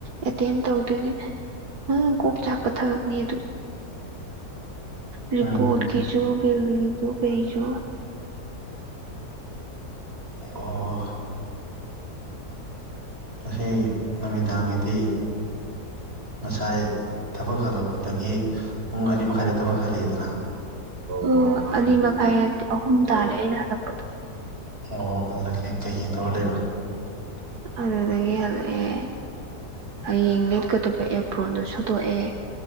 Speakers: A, on the right; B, on the right.
A: ꯑꯦꯇꯦꯟ ꯇꯧꯗꯨꯢꯅꯤ ꯑꯪ ꯀꯣꯛ ꯆꯥꯛꯄ ꯊꯥꯕꯛꯅꯤ ꯑꯗꯨ ꯔꯤꯄꯣꯔꯠ
B: ꯎꯝ
A: ꯀꯤꯁꯨꯨ ꯕꯤꯜ ꯀꯤꯁꯨꯨ ꯀꯩꯁꯨ
B: ꯑꯣ... ꯉꯁꯤ ꯅꯨꯃꯤꯗꯥꯡꯒꯤꯗꯤ ꯉꯁꯥꯏ ꯊꯥꯕꯛ ꯍꯜꯂꯛꯄꯗꯒꯤ ꯄꯨꯡ ꯑꯅꯤ ꯃꯈꯥꯏꯗ ꯊꯥꯕꯛ ꯍꯜꯂꯛꯑꯦꯗꯅ
A: ꯎꯝ ꯑꯅꯤ ꯃꯈꯥꯏ ꯅꯠꯇꯦ ꯑꯍꯨꯝ ꯇꯥꯔꯦ ꯑꯩꯅ ꯍꯟꯂꯛꯄꯗꯣ
B: ꯑꯣ ꯑꯗꯨꯗꯒꯤꯗꯤ ꯀꯩꯀꯩ ꯇꯧꯔ ꯂꯩꯕ
A: ꯑꯗꯨꯗꯒꯤ ꯍꯜꯂꯛꯑꯦ ꯍꯌꯦꯡ ꯂꯤꯠꯀꯥꯗꯕ ꯑꯦꯞꯄ꯭ꯔꯣꯟꯗꯣ ꯁꯨꯗꯣꯛꯑꯦ